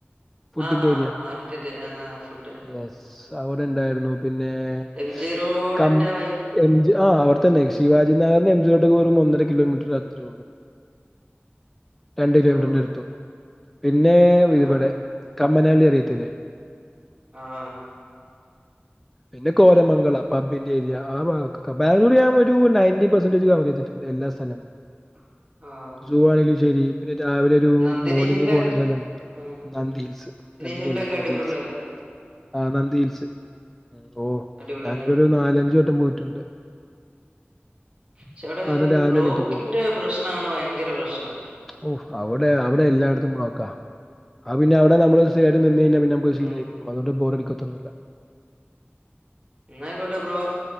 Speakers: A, in the centre; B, on the right.
A: ഫുഡിന്റെ
B: ആഹ് ആഹ്
A: ഏരിയ
B: മാർക്കറ്റ് ആഹ് ആഹ് ഫുഡ്
A: യെസ് അവിടെ ഇണ്ടായിരുന്നു. പിന്നകം
B: എം ജി റോഡിന്റെ ആ വഴി
A: എം. ജി ആഹ് അവ്ടെ തന്നെ ശവാജിനഗറിന്ന് എം. ജി റോട്ടിക്ക് വരൂബൊ ഒന്നര കിലോമീറ്ററ് അത്രേയുള്ളു. രണ്ട് കിലോമീറ്ററിന്റടുത്തോ?
B: ഓ ഓ
A: പിന്നെ
B: ആഹ്
A: ഇവിടെ, കമ്മനാള്ളി അറിയത്തില്ലേ?
B: ആഹ്
A: പിന്നെ കോരമംഗളം പബ്ബിന്റെ ഏരിയ ആഹ് ഭാഗം ഒക്കെ ബാംഗ്ലൂർ ഞാൻ ഒരു നയന്റി പെർസെന്റേജ് കവർ ചെയ്തിട്ടുണ്ട്. എല്ലാ സ്ഥലങ്ങളും.
B: <inaudible> ആഹ്
A: സൂ ആണെങ്കിലും ശരി പിന്നെ രാവിലെ ഒരു
B: നന്ദിനി
A: മോർണിംഗ്
B: ഹില്ല്
A: പോണ ഒരു സ്ഥലംണ്ട്.
B: ആഹ്
A: നന്ദി ഹിൽസ് നന്ദിനി
B: ഹില്ലൊക്കെ
A: അല്ല നന്ദി
B: അടിപൊളിയല്ലേ
A: ഹിൽസ് ആഹ് നന്ദി ഹിൽസ്. ഓഹ്
B: അടിപൊളിയല്ലേ
A: ഞാനൊരു നാലഞ്ചട്ടം പോയിട്ടുണ്ട്.
B: പക്ഷേ അവിടെ
A: കാരണം രാവിലെ
B: ബ്ലോക്കിന്റെ
A: എണീറ്റ്
B: പ്രശ്നാണ് ഭയങ്കര പ്രശ്നം.
A: ഓഹ്, അവിടെ അവിടെ എല്ലാടത്തും ബ്ലോക്കാ. ആഹ്, പിന്നെ അവിടെ നമ്മള് സ്ഥിരായിട്ട് നിന്ന് കയിഞ്ഞാ പിന്നെ നമക്ക് ശീലായിക്കോളും
B: ഉം
A: അതുകൊണ്ട് ബോറടിക്കാത്തൊന്നുമില്ല.
B: എന്നാ ആയിക്കോട്ടെ bro